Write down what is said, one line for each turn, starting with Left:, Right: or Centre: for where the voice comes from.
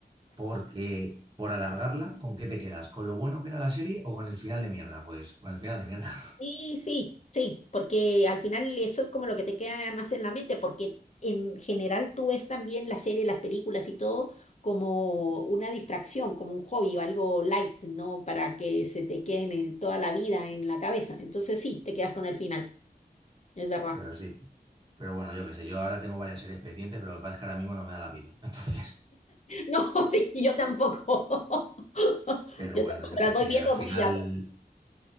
Right: porque por alargarla, ¿con qué te quedas? ¿Con lo bueno que era la serie o con el final de mierda? Pues con el final de mierda. <laughs>
Left: Sí, sí, sí, porque al final eso es como lo que te queda más en la mente, porque en general tú ves también la serie, las películas y todo como una distracción, como un hobby o algo light, ¿no? Para que se te queden en toda la vida en la cabeza. Entonces sí, te quedas con el final, es verdad.
Right: Pero
Left: <laughs>
Right: sí, pero bueno, yo qué sé, yo ahora tengo varias series pendientes, pero lo que pasa es que ahora mismo no me da la vida. <laughs> Entonces,
Left: No, sí, yo tampoco. <laughs>
Right: pero
Left: Yo
Right: bueno,
Left: tampoco
Right: yo qué
Left: las
Right: sé,
Left: voy viendo
Right: al final,
Left: muy rápido.